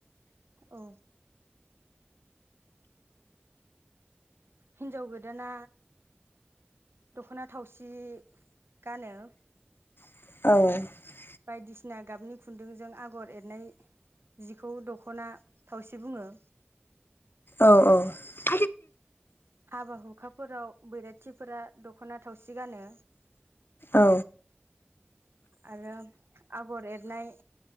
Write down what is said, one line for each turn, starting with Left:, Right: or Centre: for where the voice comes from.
Right: औ। हिनजाव गोदाना दख'ना थावसि गानो।
Left: औ
Right: बायदिसिना गाबनि खुन्दुंजों आगर एरनाय जिखौ दख'ना थावसे बुङो।
Left: औ औ <unintelligible>
Right: हाबा हुखाफोराव बैराथिफोरा दख'ना थावसि गानो।
Left: औ
Right: आरो आगर एर नाय